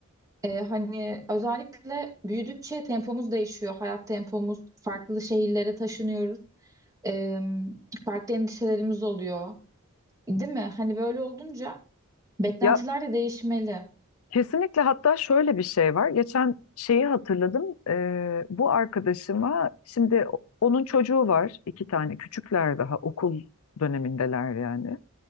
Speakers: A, on the right; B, on the left.
A: Eee, hani özellikle büyüdükçe tempomuz değişiyor. Hayat tempomuz farklı şehirlere taşınıyoruz. Eee, farklı endişelerimiz oluyor. Değil mi? Hani böyle olunca beklentiler
B: Ya
A: de değişmeli.
B: kesinlikle hatta şöyle bir şey var. Geçen şeyi hatırladım. Ee, bu arkadaşıma şimdi onun çocuğu var. iki tane küçükler daha okul dönemindeler yani.